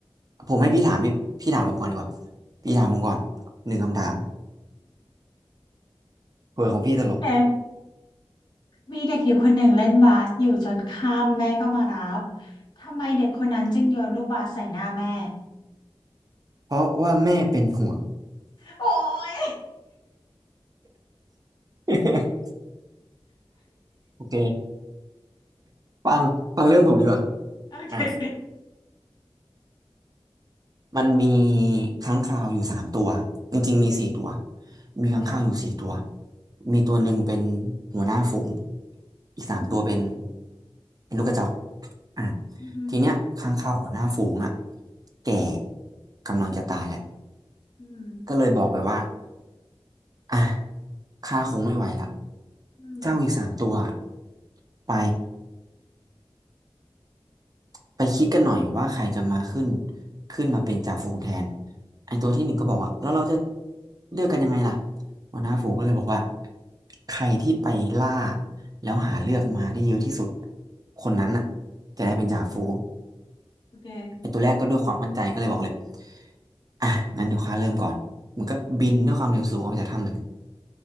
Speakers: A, on the right (about 40°); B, on the left (about 45°).
A: ผมให้พี่ถามพี่พี่ถามผมก่อนดีกว่าพี่ถามผมก่อนหนึ่งคำถามเผื่อของพี่ตลก
B: ็ <laughs> มีเด็กอยู่คนหนึ่งเล่นบาสอยู่จนข้ามแม่ก็มารับทำไมเด็กคนนั้นจึงโยนลูกบาสใส่หน้าแม่
A: เพราะว่าแม่เป็นห่วง
B: โอ้ย
A: <laughs> โอเคฟังฟังเรื่องผมดีกว่า
B: <laughs> โอเคโอเค
A: อ่ะมันมีค้างคาวอยู่สามตัวจริงๆมีสี่ตัว
B: โอเค
A: มีค้างคาวอยู่สี่ตัวมีตัวหนึ่งเป็นหัวหน้าฝูงอีกสามตัวเป็น
B: อืม
A: เป็นลูกกระจอกอ่ะ
B: อหืม
A: ทีเนี้ยค้างคาวหัวหน้าฝูงอ่ะแก่กำลังจะตายแล้ว
B: ออืม
A: ก็เลยบอกไปว่าอ่ะข้าคงไม่ไหวละ
B: อืม
A: เจ้าอีกสามตัวอะไปไปคิดกันหน่อยว่าใครจะมาขึ้นขึ้นมาเป็นจ่าฝูงแทนไอตัวที่หนึ่งก็บอกว่าแล้วเราจะเลือกกันยังไงล่ะหัวหน้าฝูงก็เลยบอกว่าใครที่ไปล่า แล้วหาเลือกมาได้เยอะที่สุดคนนั้นน่ะจะได้เป็นจ่าฝูง
B: โอเค
A: ไอตัวแรกก็ด้วยความมั่นใจก็เลยบอกเลยอ่ะงั้นเดี๋ยวข้าเริ่มก่อนมันก็บินด้วยความเร็วสูงออกจากถ้ำเลย